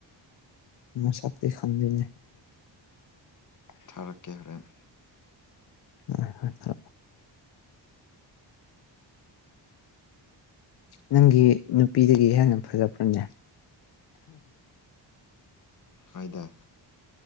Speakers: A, on the left; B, on the left.
A: ꯃꯥ ꯁꯞꯤ ꯈꯪꯒꯅꯦ
B: ꯊꯥꯔꯛꯀꯦ ꯍꯣꯔꯦꯟ
A: ꯑ ꯅꯪꯒꯤ ꯅꯨꯄꯤꯗꯒꯤ ꯍꯦꯟꯅ ꯐꯖꯕ꯭ꯔꯅꯦ
B: ꯐꯥꯏꯗ